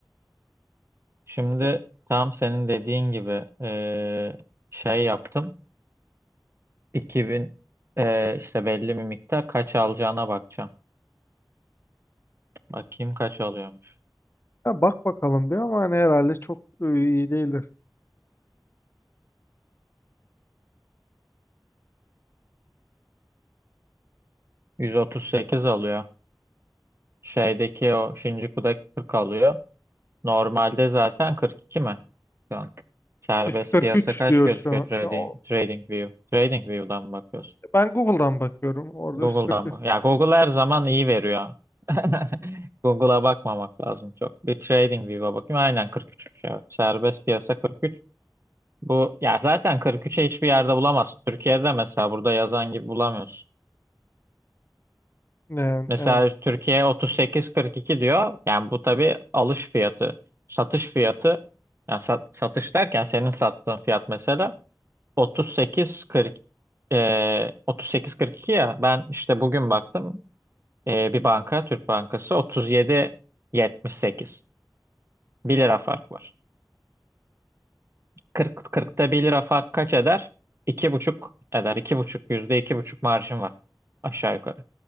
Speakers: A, on the right; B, on the left.
A: Şimdi
B: E,
A: tam senin dediğin gibi e, şey yaptım. 2000 e, işte belli bir miktar kaç alacağına bakacağım. Bakayım kaç alıyormuş.
B: Ya bak bakalım bir ama hani herhalde çok e, iyi değildir.
A: 138 alıyor. Şeydeki o Shinjuku'da 40 alıyor. Normalde zaten 42 mi? Şu an. Serbest
B: 143
A: piyasa kaç
B: diyor
A: gözüküyor
B: şu an.
A: trading,
B: E, o-
A: trading view? Trading view'dan mı bakıyorsun?
B: Ben Google'dan bakıyorum. Orada
A: Google'dan
B: 143.
A: mı? Ya Google her zaman iyi veriyor. <laughs> Google'a bakmamak lazım çok. Bir TradingView'a bakayım. Aynen 43'müş evet. Serbest piyasa 43. Bu ya zaten 43'e hiçbir yerde bulamazsın. Türkiye'de mesela burada yazan gibi bulamıyorsun.
B: Yani
A: Mesela
B: evet.
A: Türkiye 38-42 diyor. Yani bu tabii alış fiyatı, satış fiyatı. Yani sat- satış derken senin sattığın fiyat mesela 38-40 e, 38-42 ya. Ben işte bugün baktım Ee, bir banka Türk Bankası 37.78. bir lira fark var. 40,
B: Hmm,
A: 40'ta bir lira fark kaç eder? iki buçuk eder. iki buçuk yüzde iki buçuk marjım var. Aşağı yukarı.